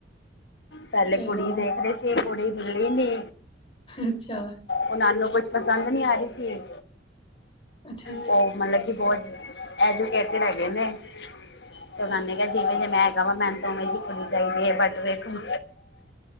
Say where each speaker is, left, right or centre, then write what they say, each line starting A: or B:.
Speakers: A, on the left; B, on the left.
A: ਪਹਿਲੇ
B: ਚਲੋ
A: ਕੁੜੀ ਦੇਖਦੇ ਸੀ ਇਹ ਕੁੜੀ ਮਿਲੀ ਨੀ
B: ਅੱਛਾ
A: ਉਹਨਾ ਨੂੰ ਕੁਛ ਪਸੰਦ ਨੀ ਆ ਰਹੀ ਸੀ
B: ਅੱਛਾ-ਅੱਛਾ,
A: ਉਹ ਮਤਲਬ ਕਿ ਬਹੁਤ ਐਜੂਕੇਟੇਡ ਹੈਗੇ ਨੇ ਤੇ ੳਨਹਾ ਨੇ ਕਿਹਾ ਜਿਵੇਂ ਜਿਵੇੈਂ ਹੈਗਾ ਵਾ ਮੈਨੂੰ ਤਾ ਉਵੇਂ ਦੀ ਕੂੜੀ ਚਾਹੀਦੀ ਹੈ ਬਟ ਵੇਖੋ